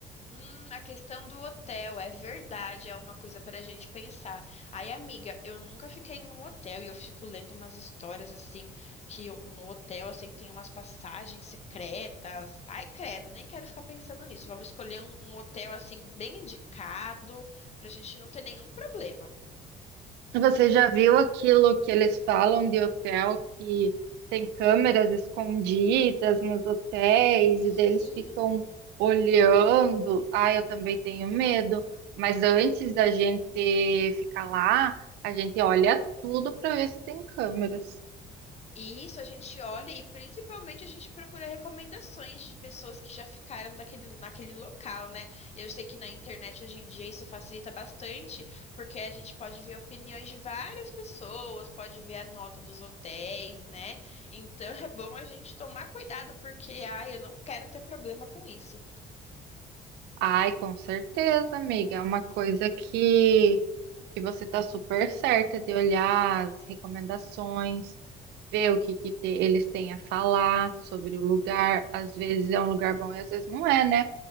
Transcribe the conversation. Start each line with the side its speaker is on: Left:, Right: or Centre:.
Left: Hum, a questão do hotel, é verdade, é uma coisa para a gente pensar. Aí, amiga, eu nunca fiquei em um hotel e eu fico lendo umas histórias assim, que eu- no hotel, assim, tem umas passagens secretas. Ai, credo, nem quero ficar pensando nisso. Vamos escolher um, um hotel, assim, bem indicado, para a gente não ter nenhum problema.
Right: Você já viu aquilo que eles falam de hotel que tem câmeras escondidas nos hotéis e
Left: Sim.
Right: deles ficam olhando? Ah, eu também tenho medo, mas antes da gente ficar lá, a gente olha tudo para ver se tem câmeras.
Left: E isso a gente olha e principalmente a gente procura recomendações de pessoas que já ficaram daquele, naquele local, né? Eu sei que na internet hoje em dia isso facilita bastante, porque a gente pode ver opiniões de várias pessoas, pode ver a nota dos hotéis, né? Então <laughs> é bom a gente tomar cuidado, porque, ai, eu não quero ter problema com isso.
Right: Ai, com certeza, amiga, é uma coisa que que você está super certa de olhar as recomendações, ver o que que te- eles têm a falar sobre o lugar. Às vezes é um lugar bom e às vezes não é, né?